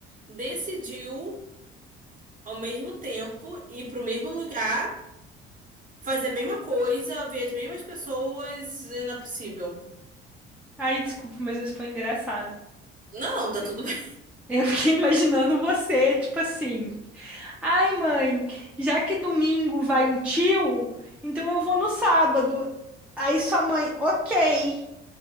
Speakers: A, on the right; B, in the centre.
A: decidiu ao mesmo tempo ir pro mesmo lugar, fazer a mesma coisa, ver as mesmas pessoas, e não é possível.
B: Ai, desculpa, mas isso foi engraçado.
A: Não, tá
B: Eu
A: tudo bem.
B: eu fiquei imaginando você, tipo assim. Ai, mãe, já que domingo vai um tio, então eu vou no sábado. Aí sua mãe, ok.